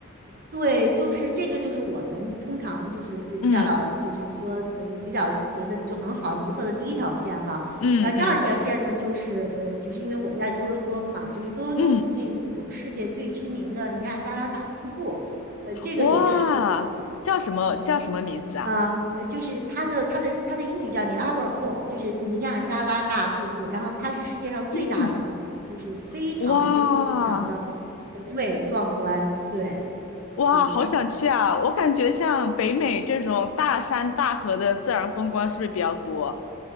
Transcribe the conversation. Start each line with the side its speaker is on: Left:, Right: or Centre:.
Right: 对，就是这个，就是我们通常就是呃比较就是说呃比较觉得就很好很不错的第一条线哈。
Left: 嗯嗯嗯
Right: 然后第二条线呢，就是呃就是因为我在多伦多嘛，就是多伦多附近有世界最知名的尼亚加拉大瀑布，
Left: 嗯
Right: 呃这个也是
Left: 哇，叫什么叫什么名字啊？
Right: 嗯啊，呃就是它的它的它的英语叫 Niagara Fall，就是尼亚加拉大瀑布。然后它是世界上最大的瀑布，
Left: 嗯，
Right: 就是非常非常的宏伟壮观。
Left: 哇
Right: 对，
Left: 哇，
Right: 对对对，
Left: 好想去啊！我感觉像北美这种大山大河的自然风光是不是比较多？